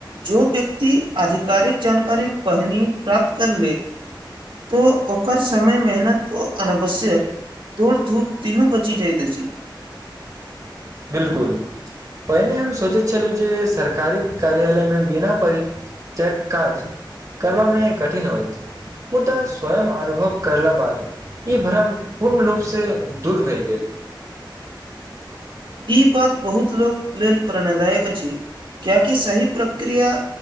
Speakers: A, on the right; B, on the right.
A: जो व्यक्ति आधिकारिक जानकारी पहिनी प्राप्त कर ले तोऽ ओकर समय मेहनत ओ अनावश्यक दौड़ धूप तीनू बचि जाइत अछि।
B: बिलकुल, पहिने हम सोचैत छलहुँ जे सरकारी कार्यालयमे बिना परि चय काज करब मे कठिन होइत मुदा स्वयं अनुभव कयला बाद। ई भ्रम पूर्ण रूपसे दूर भयऽ गेल।
A: ई बात बहुत लोक लेल प्रेरणादायक अछि, किएकी सही प्रक्रिया।